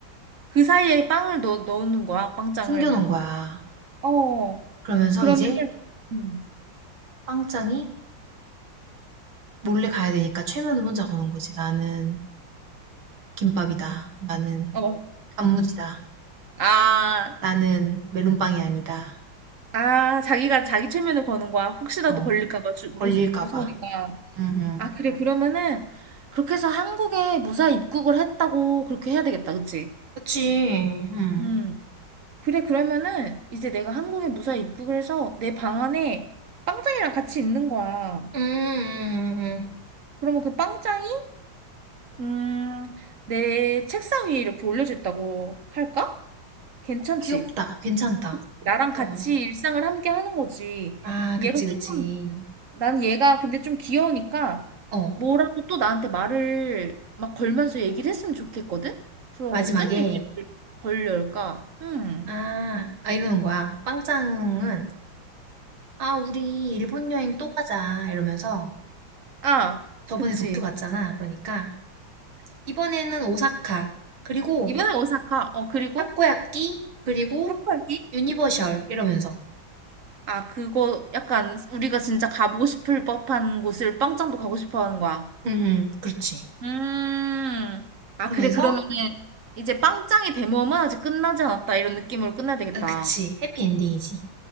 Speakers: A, on the right; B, on the right.
A: 그 사이에 빵을 넣, 넣는 거야, 빵장을.
B: 숨겨놓은 거야.
A: 어.
B: 그러면서
A: 그러면은
B: 이제
A: 음.
B: 빵짱이 몰래 가야 되니까 최면을 혼자 거는 거지. 나는 김밥이다. 나는
A: 어.
B: 단무지다.
A: 아,
B: 나는 멜론빵이 아니다.
A: 아, 자기가 자기 최면을 거는 거야. 혹시라도
B: 어,
A: 걸릴까 봐 주,
B: 걸릴까
A: 무, 무서우니까.
B: 봐. 응응.
A: 아, 그래. 그러면은 그렇게 해서 한국에 무사히 입국을 했다고 그렇게 해야 되겠다. 그치?
B: 그치. 응.
A: 음. 그래. 그러면은 이제 내가 한국에 무사히 입국을 해서 내 방 안에 빵짱이랑 같이 있는 거야.
B: 음, 음, 음, 음.
A: 그러면 그 빵짱이 음, 내 책상 위에 이렇게 올려져 있다고 할까? 괜찮지?
B: 귀엽다. 괜찮다.
A: 나랑
B: 어.
A: 같이 일상을 함께 하는 거지.
B: 아,
A: 얘가
B: 그치, 그치.
A: 조금, 난 얘가 근데 좀 귀여우니까
B: 어,
A: 뭐라고 또 나한테 말을 막 걸면서 얘기를 했으면 좋겠거든? 그럼
B: 마지막에,
A: 어떤 얘기를 걸릴까? 음.
B: 아, 아, 이러는 거야. 빵짱은, 아, 우리 일본 여행 또 가자. 이러면서,
A: 아,
B: 저번에
A: 그치.
B: 도쿄 갔잖아. 그러니까, 이번에는 오사카, 그리고
A: 이번에 오사카. 어, 그리고
B: 타코야끼, 그리고
A: 탁발기?
B: 유니버셜. 이러면서.
A: 아, 그거 약간 우리가 진짜 가보고 싶을 법한 곳을 빵짱도 가고 싶어 하는 거야.
B: 응, 응, 그렇지.
A: 음. 아,
B: 그러면서,
A: 그래. 그러면은 이제 빵짱의 대모험은 아직 끝나지 않았다. 이런 느낌으로 끝내야 되겠다.
B: 아, 그치. 해피엔딩이지.